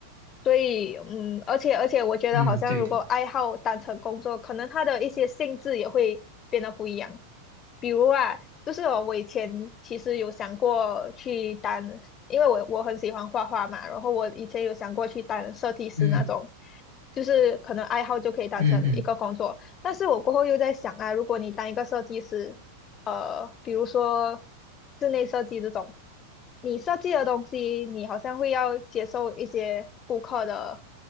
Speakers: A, on the left (about 30°); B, on the right (about 65°).
A: 所以，嗯，而且而且，我觉得好像如果爱好当成工作，
B: 嗯，对的。
A: 可能它的一些性质也会变得不一样。比如啊，就是哦我以前其实有想过去当，因为我我很喜欢画画嘛，然后我以前有想过去当设计师那种，
B: 嗯
A: 就是可能爱好就可以当成一个工作。
B: 嗯嗯
A: 但是我过后又在想啊，如果你当一个设计师，呃，比如说室内设计这种，你设计的东西，你好像会要接受一些顾客的